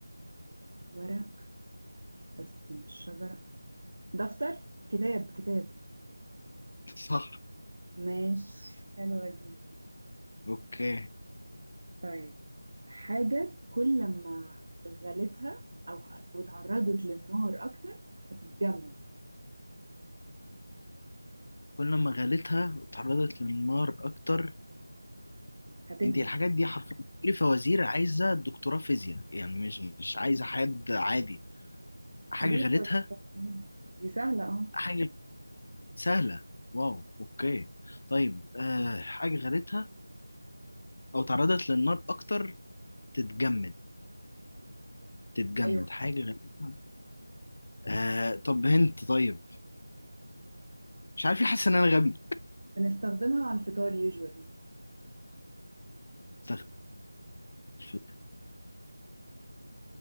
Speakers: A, on the right; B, on the left.
A: ورق بس مش شجرة دفتر كتاب كتاب
B: <laughs> صح
A: ماشي حلوة دي
B: اوكي
A: طيب حاجة كل ما غلتها أو أو اتعرضت للنار أكتر هتتجمد
B: كل ما غليتها وتعرضت للنار اكتر
A: هتجمد
B: انت الحاجات دي حرفيا كل فوازير عايزة دكتوراه فيزياء يعني مش مش عايزة حد عادي حاجة
A: ليه
B: غليتها
A: طول سخنين دي سهلة اه
B: حاجة سهلة واو اوكي طيب آه حاجة غريتها او تعرضت للنار اكتر تتجمد تتجمد
A: أيوة
B: حاجة غريتها آه طب هنت طيب مش عارف ليه حاسس ان انا غبي
A: بنستخدمها على الفطار يوجوالي
B: استغفر الله.